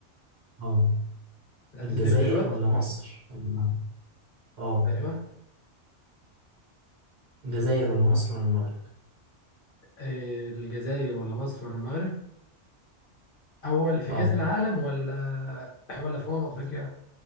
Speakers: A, on the right (about 50°); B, on the left (about 55°).
A: أه
B: هتدي
A: الجزائر
B: اختيارات
A: ولا مصر ولا المغرب؟ أه
B: ايوه
A: الجزائر ولا مصر ولا المغرب؟
B: إيه، الجزائر ولا مصر ولا المغرب اول في
A: أه
B: كأس العالم ولا <clears throat> ولا في امم افريقيا